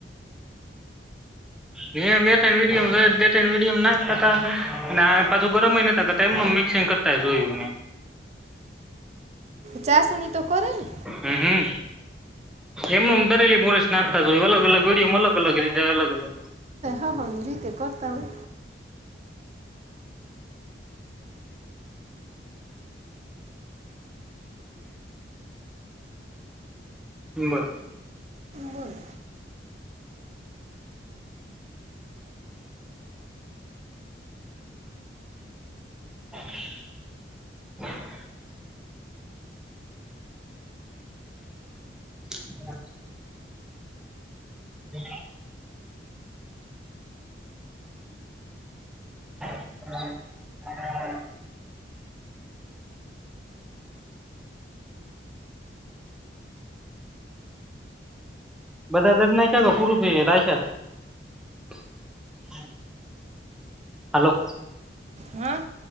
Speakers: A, in the centre; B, on the right.
A: અહીંયા બે ત્રણ વીડિઓમ જોયું તું બે ત્રણ વિડિઓ મા નાખાતા તા, ને આ પાછું ગરમય નતા કરતા, એમ મિક્સિંગ કરતા જોયું મે
B: ચાશણી તો કરે ને
A: હમ્મ, હમ્મ એમનેમ દરેલી મોરેશ નાખતા જ હોય અલગ અલગ વિડયોમાં અલગ અલગ રીતે અલગ અલગ
B: હમ્મ જે તે કારતા હોય.
A: બસ
B: બોલો
A: <inaudible> <inaudible> <inaudible> <inaudible> બધા દસ ના છે કે પૂરું થઈ જાય છે <unintelligible> હાલો
B: હા.